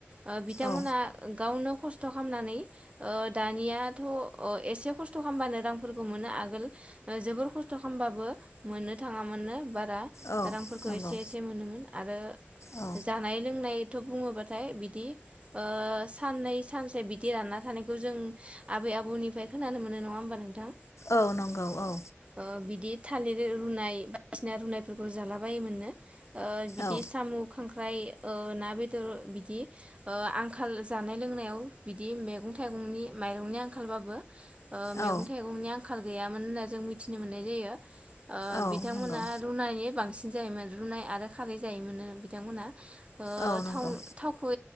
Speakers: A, on the right; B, on the left.
A: ओ बिथांमोना
B: औ
A: गावनो खस्थ खामनानै ओ दानियाथ' अ एसे खस्थ' खामबानो रांफोरखौ मोनो आगोल जोबोर खस्थ' खामबाबो मोननो थाङा मोननो बाट
B: औ
A: रांफोरखौ
B: नंगौ
A: एसे एसे मोनोन आरो
B: औ
A: जानाय लोंनाय बुङोबाथाय बिदि ओ साननै सानसे बिदि रानना थानायखौ जों आबै आबौनिफ्राय खोनानो मोनो नङा होमबा नोंथां
B: औ नंगौ औ
A: ओ बिदि थालिर रुनाय बायदिसिना रुनायफोरखौ जाला बायोमोननो ओ बिदि
B: औ
A: साम' खांख्राय ओमफ्राय ओ ना बेदर बिदि ओ आंखाल जानाय लोंनायाव बिदि मैगं थाइगंनि माइरंनि आंखालबाबो मैगं
B: औ
A: थाइगंनि आं आंखाल गैयामोन होनना जों मिथिनो मोननाय जायो। ओ
B: औ
A: बिथांमोना
B: नंगौ
A: रुनायै बांसिन जायोमोन रुनाय आरो खारै जायोमोनो बिथांमोनहा ओ
B: औ
A: था-थावखौ
B: नंगौ